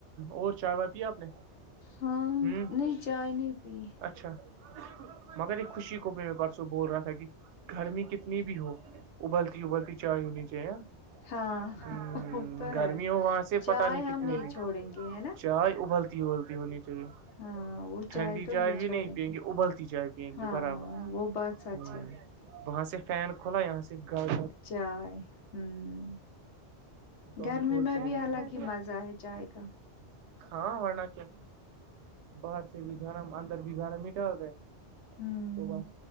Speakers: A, on the right; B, on the left.
A: اور چائے وائے پیا آپ نے
B: ہاں
A: ہ
B: نہیں چائے نہیں پی
A: اچ اچھا مگر ایک خوشی کو م پرسوں بول رہا تھا کہ گرمی کتنی بھی ہو ابلتی ابلتی چائےیوں نچےاں
B: ہاں
A: ہ
B: وہ تو
A: گرمی
B: ہے
A: ہو وہاں سے پتا
B: چائے
A: نہیں
B: ہم
A: کتنی بھی
B: چھوڑیں گے ہے نا
A: چائے ابلتی ہوتی ہونی چاہیے
B: ہاں وہ
A: ٹھنڈی
B: تو
A: چائے بھی
B: چھوڑیں
A: نہیں پیئیں گے ابلتی چائے پییں
B: ہاں
A: گے برابر
B: وہ بات سچ
A: ہ
B: ہے
A: وہاں سے فین کھولا یہاں سے گ
B: چائے ہوں گرمی
A: ہم چھوڑتے
B: میں
A: ہی
B: بھی
A: نہیں
B: الگ
A: ہیں
B: ہی مزہ ہے چائے کا
A: ہاں ورنہ کیا باہر سے بھی گرم اندر بھی گرم ہی ڈال رہے ہیں
B: ہوں
A: تو بس